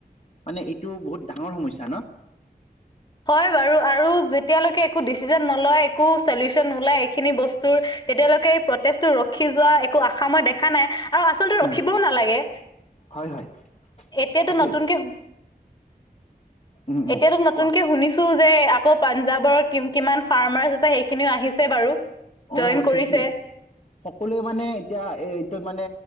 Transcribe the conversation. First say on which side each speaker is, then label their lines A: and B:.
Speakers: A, on the left; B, on the left.
A: মানে এইটো বহুত ডাঙৰ সমস্যা ন'?
B: হয়, বাৰু আৰু যেতিয়ালৈকে একো ডিচিজন ন'লয়, একো চলিউচন ওলাই এইখিনি বস্তুৰ তেতিয়ালৈকে এই প্ৰটেষ্টটো ৰখি যোৱা একো আশা মই দেখা নাই। আৰু আচলতে ৰখিবও
A: উম
B: নালাগে,
A: হয় হয়
B: এতিয়াতো
A: তাকেই
B: নতুনকে
A: উম উম
B: এতিয়াতো ন
A: কোৱা
B: তুনকে শুনিছো যে, আকৌ পাঞ্জাৱৰ কি কিমান ফাৰ্মাৰ্চ আছে সেইখিনিও আহিছে বাৰু। জইন
A: অ',
B: কৰিছে
A: ঠিক ঠিক। সকলোৱে মানে এতিয়া এটোত মানে